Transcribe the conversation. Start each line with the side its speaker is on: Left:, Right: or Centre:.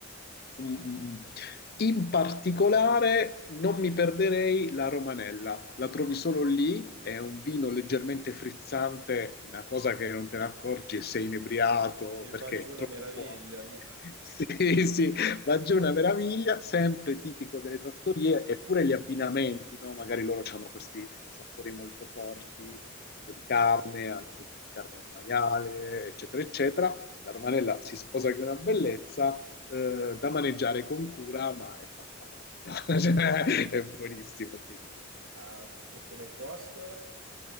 Left: Mm, mm, mm. In particolare non mi perderei la Romanella, la trovi solo lì, è un vino leggermente frizzante, una cosa che non te ne accorgi e sei inebriato
Right: che
Left: perché
Right: va giù
Left: è
Right: una
Left: troppo
Right: meraviglia,
Left: buono.
Right: via.
Left: <laughs> Sì, sì, va giù una meraviglia, sempre tipico delle trattorie, eppure gli abbinamenti, no? Magari loro hanno questi sapori molto forti, tipo di carne, anche di carne
Right: Eh
Left: di
Right: sì,
Left: maiale,
Right: eh sì.
Left: eccetera, eccetera. La Romanella si sposa che è una bellezza eh, da maneggiare con cura, ma è fantastica, <laughs> Cioè, è buonissimo. Quindi.
Right: Ah, co- come costo?